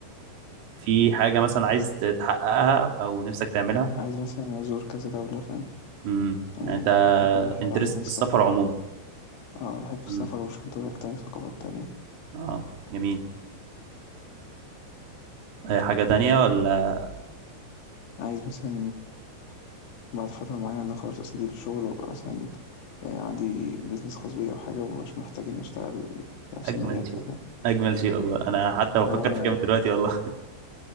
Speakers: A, on the right; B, on the left.
A: في حاجه مثلا عايز تحققها او نفسك تعملها
B: عايز مثلا أزور كذا دولة فاهم
A: امم
B: يعني
A: يعني انت
B: بحب بحب
A: انترست
B: عامة السفر
A: في السفر عموما
B: أه بحب السفر
A: امم
B: وأشوف دول تانية وثقافات تانية
A: اه جميل هي حاجه تانية ولا
B: عايز مثلا بعد فترة معينة خلاص أسيب الشغل وأبقى مثلا آه، عندي بيزنس خاص بيا أو حاجة ومبقاش محتاج إني أشتغل في نفس
A: اجمل
B: المجال
A: شيء
B: كده فاهم
A: اجمل شيء والله انا حتى بفكر
B: هو
A: في كام دلوقتي والله